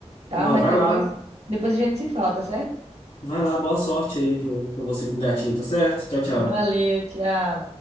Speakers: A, on the right; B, on the left.
A: tá?
B: não,
A: Mas
B: vai
A: depois,
B: lá.
A: depois a gente se fala, tá certo?
B: Vai lá, boa sorte aí pro, com você com o gatinho, tá certo? Tchau, tchau.
A: Valeu, tchau.